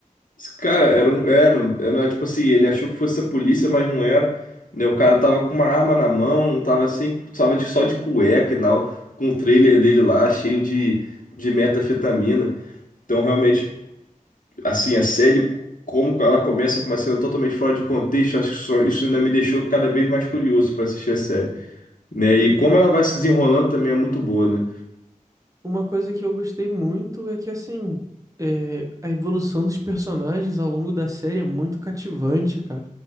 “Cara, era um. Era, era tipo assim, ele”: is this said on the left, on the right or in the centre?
Left